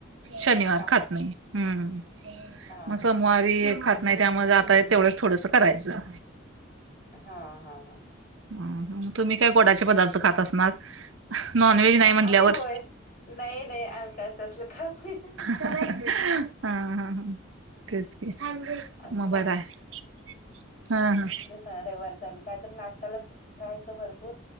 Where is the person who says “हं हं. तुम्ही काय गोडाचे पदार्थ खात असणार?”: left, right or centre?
Right